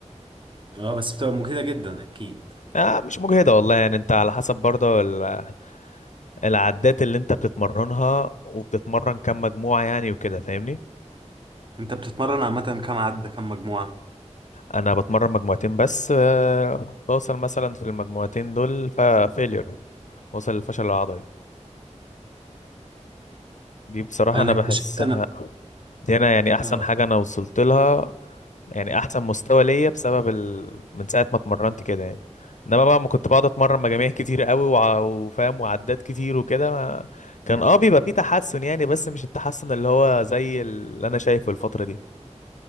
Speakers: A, on the right; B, on the left.
A: اه بس بتبقى مجهدة جدا اكيد
B: آه مش مجهدة والله يعني انت على حسب برضه ال- العدات اللي انت بتتمرنها وبتتمرن كم مجموعة يعني وكده فاهمني
A: انت بتتمرن عامة كام عدة كام مجموعة
B: انا بتمرن مجموعتين بس آه، بوصل مثلا في المجموعتين دول ففيلير وصل للفشل العضلي دي بصراحة
A: انا
B: أنا
A: اكتشفت
B: بحسها
A: انا
B: دي أنا يعني أحسن
A: اه
B: حاجة أنا وصلت لها يعني أحسن مستوى ليا بسبب ال... من ساعة ما اتمرنت كده يعني إنما بقى ما كنت بقعد أتمرن مجاميع كتير قوي وع... وفاهم وعدات كتير وكده ما... كان أه بيبقى فيه تحسن يعني بس مش التحسن اللي هو زي اللي أنا شايفه الفترة دي